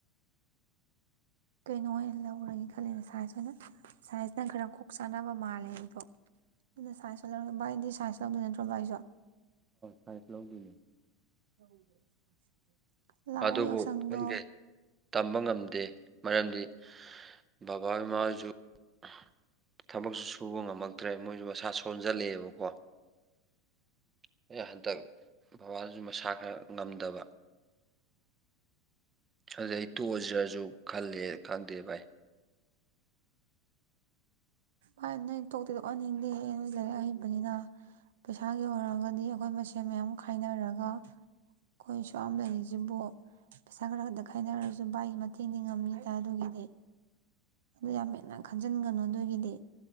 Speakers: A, on the right; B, on the right.
A: ꯀꯩꯅꯣ ꯑꯣꯏꯅ ꯂꯧꯔꯒꯦ ꯈꯜꯂꯦꯗ ꯁꯥꯏꯖ ꯑꯣꯏꯅ ꯁꯥꯏꯖꯅ ꯈꯔ ꯀꯣꯛ ꯆꯥꯅꯕ ꯃꯥꯜꯂꯦ ꯑꯩꯗꯣ ꯑꯗꯨꯅ ꯁꯥꯏꯖ ꯑꯣꯏꯅ ꯂꯧꯔꯒꯦ ꯕꯥꯏꯗꯤ ꯁꯥꯏꯖ ꯂꯧꯗꯣꯏ ꯅꯠꯇ꯭ꯔꯣ ꯕꯥꯏꯁꯨ꯫
B: ꯁꯥꯏꯟꯁ ꯂꯧꯗꯣꯏꯅꯦ꯫
A: <unintelligible> ꯂꯥꯛꯑꯣ
B: ꯑꯗꯨꯕꯨ
A: ꯌꯥꯎꯁꯪꯗꯣ꯫
B: ꯈꯪꯗꯦ ꯇꯝꯕ ꯉꯝꯗꯦ ꯃꯔꯝꯗꯤ꯫ ꯕꯕꯥ ꯏꯃꯥ <inaudible> ꯊꯕꯛꯁꯨ ꯁꯨꯕ ꯉꯝꯃꯛ ꯇ꯭ꯔꯦ ꯃꯣꯏꯁꯨ ꯃꯁꯥ ꯁꯣꯟꯖꯜꯂꯦꯕꯀꯣ <unintelligible> ꯍꯟꯗꯛ ꯕꯕꯥꯁꯨ ꯃꯁꯥ ꯈꯔ ꯉꯝꯗꯕ꯫ ꯑꯗꯨꯗꯩ ꯇꯣꯛꯑꯖꯦꯔꯁꯨ ꯈꯜꯂꯦ ꯈꯪꯗꯦ ꯚꯥꯏ꯫
A: ꯚꯥꯏ ꯅꯣꯏ ꯇꯣꯛꯇꯤꯗꯣꯛꯍꯟꯅꯤꯡꯗꯦꯍꯦ ꯅꯣꯏ ꯂꯥꯏꯔꯤꯛ ꯍꯩꯕꯅꯤꯅ ꯄꯩꯁꯥꯒꯤ ꯑꯣꯏꯔꯒꯗꯤ ꯑꯩꯈꯣꯏ ꯃꯁꯦꯟ ꯃꯌꯥꯝ ꯈꯥꯏꯅꯔꯒ ꯑꯈꯣꯏ ꯁꯨꯌꯥꯝ ꯂꯩꯔꯤꯁꯤꯕꯨ ꯄꯩꯁꯥ ꯈꯔ ꯈꯛꯇ ꯈꯥꯏꯅꯔꯁꯨ ꯚꯥꯏꯒꯤ ꯃꯇꯦꯡꯗꯤ ꯉꯝꯅꯤꯗ ꯑꯗꯨꯒꯤꯗꯤ꯫ ꯑꯗꯨ ꯌꯥꯝ ꯍꯦꯟꯅ ꯈꯟꯖꯤꯟꯒꯅꯨ ꯑꯗꯨꯒꯤꯗꯤ